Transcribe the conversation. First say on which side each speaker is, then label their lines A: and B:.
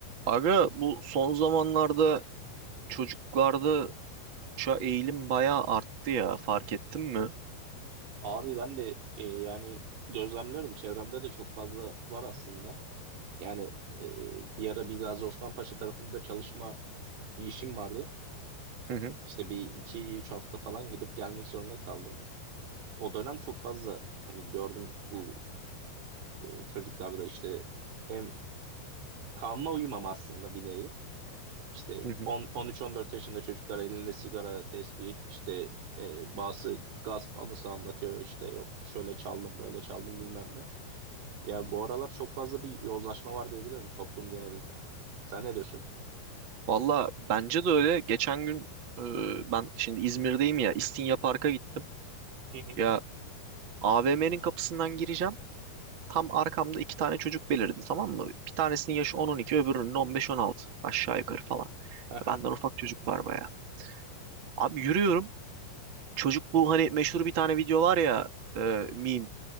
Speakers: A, on the right; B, on the right.
A: Aga bu son zamanlarda çocuklarda şu eğilim bayağı arttı ya fark ettin mi?
B: Abi ben de e, yani gözlemliyorum çevremde de çok fazla var aslında. Yani e, bir ara bir Gazi Osman Paşa tarafında çalışma bir işim vardı.
A: Hı hı,
B: İşte bir iki üç hafta falan gidip gelmek zorunda kaldım. O dönem çok fazla hani gördüm bu e, çocuklarda işte hem kanuna uyumam aslında bir nevi. İşte
A: hı hı.
B: 10, 13-14 yaşında çocuklar elinde sigara, tesbih, işte e, bazı gasp anısı anlatıyor. işte yok şöyle çaldım, böyle çaldım bilmem ne. Ya bu aralar çok fazla bir yozlaşma var diyebilirim toplum genelinde. Sen ne diyorsun?
A: Valla bence de öyle. Geçen gün e, ben şimdi İzmir'deyim ya İstinye Park'a gittim.
B: Hı hı.
A: Ya AVM'nin kapısından gireceğim. Tam arkamda iki tane çocuk belirdi tamam mı? Bir tanesinin yaşı 10-12 öbürünün 15-16 aşağı yukarı falan.
B: Aha.
A: Benden ufak çocuk var bayağı. Abi yürüyorum. Çocuk bu hani meşhur bir tane video var ya e, meme.